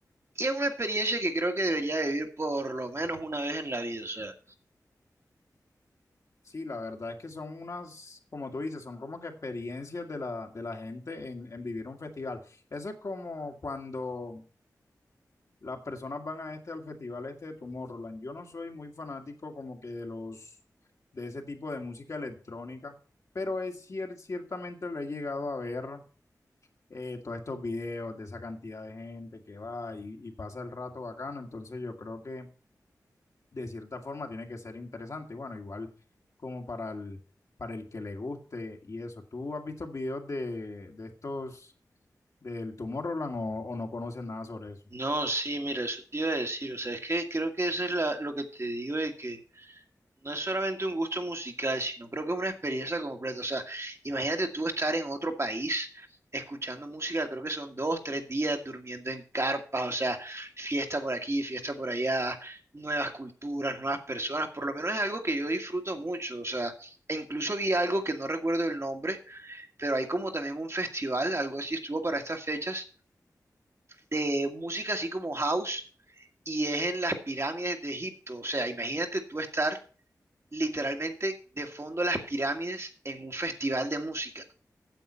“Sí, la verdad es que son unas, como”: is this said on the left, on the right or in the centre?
Left